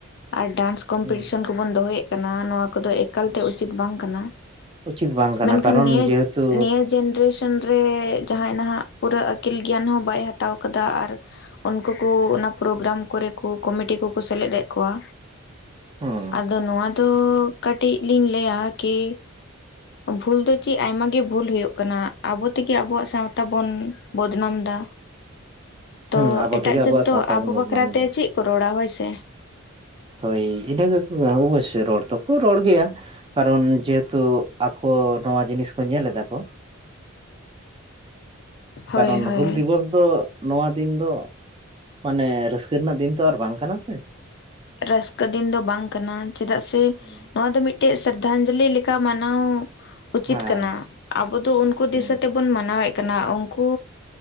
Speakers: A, on the left; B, on the right.
A: ᱟᱨ ᱰᱟᱱᱥ ᱠᱚᱢᱯᱤᱴᱤᱥᱚᱱ
B: ᱦᱮᱸ
A: ᱠᱚᱵᱚᱱ ᱫᱚᱦᱚᱭᱮᱜ ᱠᱟᱱᱟ ᱱᱚᱣᱟ ᱠᱚᱫᱚ ᱮ ᱮᱠᱟᱞᱛᱮ
B: ᱦᱮᱸ
A: ᱩᱪᱤᱛ ᱵᱟᱝ ᱠᱟᱱᱟ
B: ᱩᱪᱤᱛ ᱵᱟᱝ ᱠᱟᱱᱟ
A: ᱢᱮᱱᱠᱷᱟᱱ
B: ᱠᱟᱨᱚᱱ
A: ᱱᱤᱭᱟ
B: ᱡᱮᱦᱮᱛᱩ
A: ᱱᱤᱭᱟ ᱡᱮᱱᱨᱮᱥ ᱥᱚᱱ ᱨᱮ ᱡᱟᱦᱟᱸᱭ ᱱᱟᱦᱟᱜ ᱯᱩᱨᱟᱹ ᱟᱹᱠᱤᱞ ᱜᱮᱭᱟᱱ ᱦᱚᱸ ᱵᱟᱭ ᱦᱟᱛᱟᱣ ᱠᱟᱫᱟ, ᱟᱨ ᱩᱱᱠᱩ ᱠᱚ ᱚᱱᱟ ᱯᱨᱳᱜᱨᱟᱢ ᱠᱚᱨᱮ ᱠᱚ ᱠᱚᱢᱤᱴᱤ ᱠᱚᱠᱚ ᱥᱮᱞᱮᱫ ᱮᱫ ᱠᱚᱣᱟ᱾
B: ᱦᱮᱸ
A: ᱟᱫᱚ ᱱᱚᱣᱟ ᱫᱚ ᱠᱟᱹᱴᱤᱜ ᱞᱤᱧ ᱞᱟᱹᱭᱟ ᱠᱤ ᱵᱷᱩᱞ ᱫᱚ ᱪᱮᱜ ᱟᱭᱢᱟ ᱜᱮ ᱵᱷᱩᱞ ᱦᱳᱭᱳᱜ ᱠᱟᱱᱟ ᱟᱵᱚ ᱛᱮᱜᱮ ᱟᱵᱚᱣᱟᱜ ᱥᱟᱶᱛᱟ ᱵᱚᱱ ᱵᱚᱫᱱᱟᱢᱫᱟ᱾ ᱛᱚ
B: ᱦᱮᱸ ᱟᱵᱚ
A: ᱮᱴᱟᱜ
B: ᱛᱮᱜᱮ ᱟᱵᱚᱣᱟᱜ
A: ᱡᱟᱹᱛ ᱫᱚ
B: ᱥᱟᱶᱛᱟ
A: ᱟᱵᱚ
B: ᱵᱚᱱ ᱵᱚᱫᱱᱟᱢ
A: ᱵᱟᱠᱷᱨᱟ
B: ᱮᱫᱟ
A: ᱛᱮ ᱪᱮᱜ ᱠᱚ ᱨᱚᱲᱟ ᱦᱳᱭᱥᱮ᱾
B: ᱦᱳᱭ ᱤᱱᱟᱹᱜᱮᱠᱚ ᱚᱵᱚᱥᱥᱳᱭ ᱨᱚᱲ ᱫᱚᱠᱚ ᱨᱚᱲ ᱜᱮᱭᱟ᱾ ᱠᱟᱨᱚᱱ ᱡᱮᱦᱮᱛᱩ ᱟᱠᱚ ᱱᱚᱣᱟ ᱡᱤᱱᱤᱥ ᱠᱚ ᱧᱮᱞᱮᱫᱟ ᱠᱚ,
A: ᱦᱳᱭ
B: ᱠᱟᱨᱚᱱ
A: ᱦᱳᱭ
B: ᱦᱩᱞ ᱫᱤᱵᱚᱥ ᱟᱫᱚ ᱱᱚᱣᱟ ᱫᱤᱱ ᱫᱚ ᱢᱟᱱᱮ ᱨᱟᱹᱥᱠᱟᱹ ᱨᱮᱱᱟᱜ ᱫᱤᱱ ᱛᱚ ᱟᱨ ᱵᱟᱝ ᱠᱟᱱᱟ ᱥᱮ᱾
A: ᱨᱟᱹᱥᱠᱟᱹ ᱫᱤᱱ ᱫᱚ ᱵᱟᱝ ᱠᱟᱱᱟ ᱪᱮᱫᱟᱜ ᱥᱮ
B: ᱦᱩᱸ
A: ᱱᱚᱣᱟ ᱫᱚ ᱢᱤᱫᱴᱮᱡ ᱥᱨᱟᱫᱷᱟᱧᱡᱚᱞᱤ ᱞᱮᱠᱟ ᱢᱟᱱᱟᱣ ᱩᱪᱤᱛ
B: ᱦᱮᱸ
A: ᱠᱟᱱᱟ ᱾ ᱟᱵᱚ ᱫᱚ ᱩᱱᱠᱩ
B: ᱦᱩᱸ
A: ᱫᱤᱥᱟᱹ ᱛᱮᱵᱚᱱ ᱢᱟᱱᱟᱣᱮᱜ ᱠᱟᱱᱟ, ᱩᱝᱠᱩ